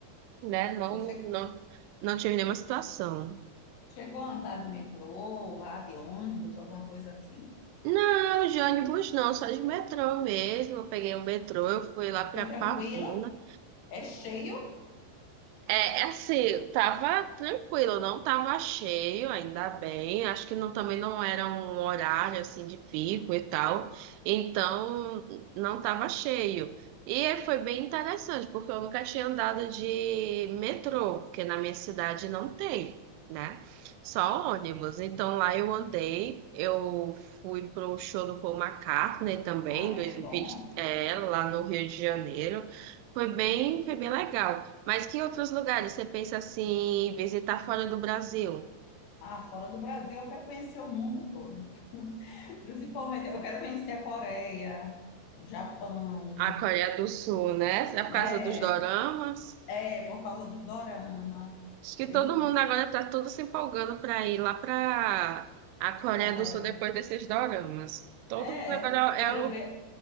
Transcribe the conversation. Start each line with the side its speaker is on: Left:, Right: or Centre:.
Right: né, não,
Left: Você
Right: não, não tive nenhuma situação.
Left: Chegou a andar de metrô, lá de ônibus, alguma coisa assim.
Right: Não, de ônibus não, só de metrô mesmo. Eu peguei um metrô, eu fui lá pra
Left: Foi
Right: Pavuna.
Left: tranquila? É cheio?
Right: É, é assim, tava tranquilo, não tava cheio, ainda bem. Acho que não, também não era um horário assim de pico e tal. Então, não tava cheio. E foi bem interessante, porque eu nunca tinha andado de metrô, porque na minha cidade não tem, né? Só ônibus. Então lá eu andei, eu fui pro show do Paul McCartney também,
Left: Ah,
Right: 2020,
Left: que bom.
Right: é, lá no Rio de Janeiro. Foi bem, foi bem legal. Mas que outros lugares você pensa assim, em visitar fora do Brasil?
Left: Ah, fora do Brasil, eu quero conhecer o mundo todo. <laughs> Principalmente, eu quero conhecer a Coreia, o Japão,
Right: A Coreia do Sul, né? Será
Left: né?
Right: por causa dos doramas?
Left: É, por causa dos dorama.
Right: Acho que
Left: Eu,
Right: todo mundo agora tá todo se empolgando para ir lá para a Coreia
Left: a
Right: do
Left: Coreia.
Right: Sul depois desses doramas. Todo
Left: É,
Right: mundo agora
Left: quero
Right: é, o-
Left: ver,